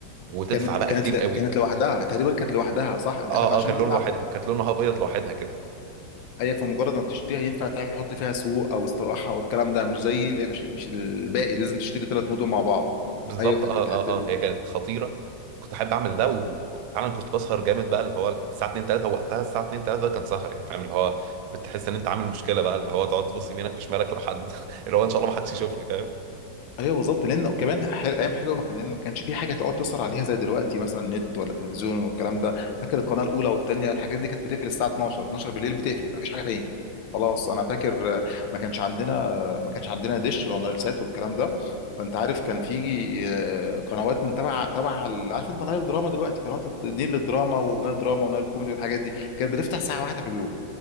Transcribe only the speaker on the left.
كانت
كانت
ل...
كانت لوحدها تقريبا كانت لوحدها صح انت
كان عشان
تلعب
اي في مجرد ما بتشتريها ينفع تعمل تحط فيها سوق او استراحه والكلام ده مش زي مش, مش الباقي لازم تشتري ثلاث مدن مع بعض
ايوه فاكر
الحته
دي
ايوه بالظبط لان كمان حل... ايام حلوه ما كان لان ما كانش في حاجه تقعد تسهر عليها زي دلوقتي مثلا نت ولا تلفزيون والكلام ده فاكر القناه الاولى والثانيه الحاجات دي كانت بتقفل الساعه 12 12 بالليل بتقفل مفيش حاجه تاني خلاص انا فاكر آه، ما كانش عندنا ما كانش عندنا ديش ولا نايل سات والكلام ده فانت عارف كان في آه، قنوات من تبع تبع ال- عارف انت نايل دراما دلوقتي قنوات النيل للدراما ونايل دراما ونايل كوميدي والحاجات دي كانت بتفتح ساعه واحده في اليوم